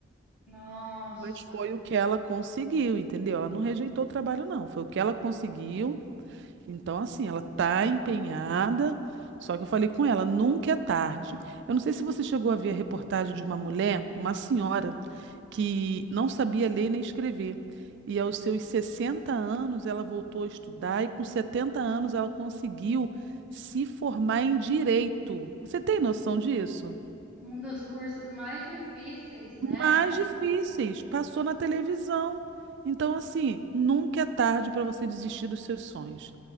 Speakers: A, in the centre; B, on the right (about 60°).
A: nossa.
B: Mas foi o que ela conseguiu, entendeu? Ela não rejeitou o trabalho, não. Foi o que ela conseguiu. Então, assim, ela tá empenhada. Só que eu falei com ela, nunca é tarde. Eu não sei se você chegou a ver a reportagem de uma mulher, uma senhora, que não sabia ler nem escrever. E aos seus 60 anos ela voltou a estudar e com 70 anos ela conseguiu se formar em direito. Você tem noção disso?
A: Um dos cursos mais difíceis, né?
B: mais difíceis. Passou na televisão. Então, assim, nunca é tarde para você desistir dos seus sonhos.